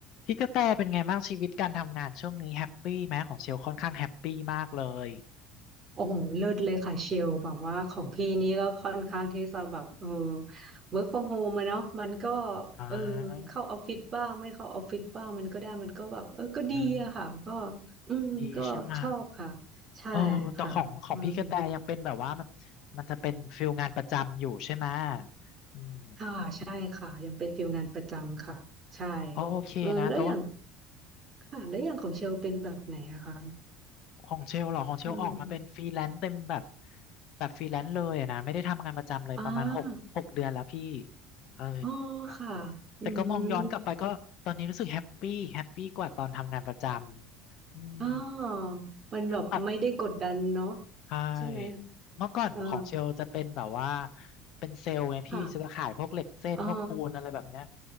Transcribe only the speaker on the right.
โอ้โหเลิศเลยค่ะเชลแบบว่าของพี่นี่ก็ค่อนข้างที่จะแบบเออ work from home อะเนาะมันก็
เออเข้าออฟฟิศบ้างไม่เข้าออฟฟิศบ้างมันก็ได้มันก็แบบเออก็ดีอะค่ะก็
อืมก็ชอบค่ะ
ใช่ค่ะอืม
ค่ะใช่ค่ะยังเป็นฟิลงานประจำค่ะใช่
เออแล้วอย่างค่ะแล้วอย่างของเชลเป็นแบบไหนอะคะ
อืม
อ่า
อ๋อค่ะอืม
อ๋อมันแบบไม่ได้กดดันเนาะ
ใช่ไหม
เออ
ค่ะอ๋อ